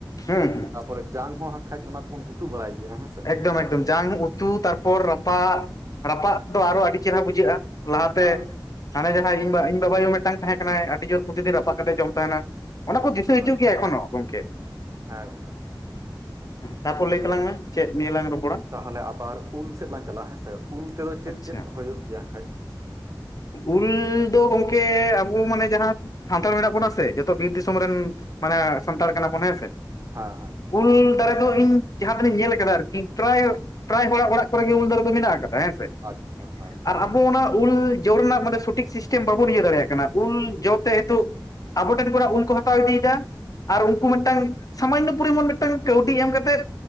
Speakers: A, on the left (about 45°); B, on the right (about 40°).
A: ᱦᱩᱸ ᱦᱩᱸ
B: ᱛᱟᱯᱚᱨᱮ ᱡᱟᱝ ᱦᱚᱸᱦᱟᱸᱜ ᱠᱷᱟᱱᱡ ᱚᱱᱟ ᱛᱮᱵᱚᱱ ᱩᱛᱩ ᱵᱟᱲᱟᱭ ᱜᱮᱭᱟ ᱦᱮᱸᱥᱮ᱾
A: ᱮᱠᱫᱚᱢ ᱮᱠᱫᱚᱢ ᱡᱟᱝ ᱩᱛᱩ ᱛᱟᱨᱯᱚᱨ ᱨᱟᱯᱟᱜ ᱨᱟᱯᱟᱜ ᱫᱚ ᱟᱨᱚ ᱟᱹᱰᱤ ᱪᱮᱦᱨᱟ ᱵᱩᱡᱷᱟᱹᱜᱼᱟ᱾ ᱞᱟᱦᱟᱛᱮ
B: ᱦᱮᱸ
A: ᱦᱟᱱᱮ ᱡᱟᱦᱟᱸᱭ ᱤᱧ ᱤᱧ ᱵᱟᱵᱟᱭᱳ ᱦᱚᱸ ᱢᱤᱫᱴᱟᱝ ᱛᱟᱦᱮᱸ ᱠᱟᱱᱟᱭ ᱟᱹᱰᱤ ᱡᱳᱨ ᱯᱨᱚᱛᱤᱫᱤᱱ ᱨᱟᱯᱟᱜ ᱠᱟᱛᱮᱫ ᱡᱚᱢ ᱛᱟᱦᱮᱱᱟᱭ᱾ ᱚᱱᱟ ᱠᱚ ᱫᱤᱥᱟᱹ ᱦᱤᱡᱩᱜ
B: ᱟᱪᱪᱷᱟ
A: ᱜᱮᱭᱟ ᱮᱠᱷᱚᱱ ᱦᱚᱸ ᱜᱚᱝᱠᱮ
B: ᱦᱮᱸ ᱜᱚᱝᱠᱮ
A: ᱛᱟᱯᱚᱨ ᱞᱟᱹᱭ ᱛᱟᱞᱟᱝ ᱢᱮ᱾ ᱪᱮᱫ ᱱᱤᱭᱟᱹ ᱞᱟᱝ ᱨᱚᱯᱚᱲᱟ
B: ᱛᱟᱦᱞᱮ ᱟᱵᱟᱨ ᱩᱞ ᱥᱮᱫ ᱞᱟᱝ ᱪᱟᱞᱟᱜᱼᱟ ᱦᱮᱸᱥᱮ ᱩᱞ ᱛᱮᱫᱚ ᱪᱮᱫ
A: ᱟᱪᱪᱷᱟ
B: ᱪᱮᱫ ᱦᱩᱭᱩᱜ ᱜᱮᱭᱟ ᱠᱷᱟᱱᱡ
A: ᱩᱞ ᱫᱚ ᱜᱚᱢᱠᱮ ᱟᱵᱚ ᱢᱟᱱᱮ ᱡᱟᱦᱟᱸ ᱥᱟᱱᱛᱟᱲ ᱢᱮᱱᱟᱜ ᱵᱚᱱᱟ ᱥᱮ ᱡᱚᱛᱚ ᱵᱤᱨ ᱫᱤᱥᱚᱢ ᱨᱮᱱ ᱢᱟᱱᱮ ᱥᱟᱱᱛᱟᱲ ᱠᱟᱱᱟ ᱵᱚᱱ ᱦᱮᱸ ᱥᱮ᱾
B: ᱦᱮᱸ ᱦᱮᱸ
A: ᱩᱞ ᱫᱟᱨᱮ ᱫᱚ ᱤᱧ ᱡᱟᱦᱟᱸ ᱛᱤᱱᱟᱹᱧ ᱧᱮᱞ ᱟᱨᱠᱤ ᱯᱨᱟᱭ ᱯᱨᱟᱭ ᱦᱚᱲᱟᱜ ᱚᱲᱟᱜ ᱠᱚᱨᱮ ᱜᱮ ᱩᱞ ᱫᱟᱨᱮ ᱫᱚ ᱢᱮᱱᱟᱜ ᱟᱠᱟᱫᱟ ᱦᱮᱸ ᱥᱮ᱾
B: ᱟᱪᱪᱷᱟ ᱦᱮᱸ
A: ᱟᱨ ᱟᱵᱚ ᱚᱱᱟ ᱩᱞ ᱡᱚ ᱨᱮᱱᱟᱜ ᱢᱟᱱᱮ ᱥᱚᱴᱷᱤᱠ ᱥᱤᱥᱴᱮᱢ ᱵᱟᱵᱚᱱ ᱤᱭᱟᱹ ᱫᱟᱲᱮᱭᱟᱜ ᱠᱟᱱᱟ ᱩᱞ ᱡᱚ ᱛᱮ ᱱᱤᱛᱚᱜ ᱟᱵᱚ ᱴᱷᱮᱱ ᱠᱷᱚᱱ ᱟᱜ ᱩᱞ ᱠᱚ ᱦᱟᱛᱟᱣ ᱤᱫᱤᱭᱮᱫᱟ, ᱟᱨ ᱩᱱᱠᱩ ᱢᱤᱫᱴᱟᱝ ᱥᱟᱢᱟᱱᱱᱚ ᱯᱚᱨᱤᱢᱟᱱ ᱢᱤᱫᱴᱟᱝ ᱠᱟᱹᱣᱰᱤ ᱮᱢ ᱠᱟᱛᱮᱫ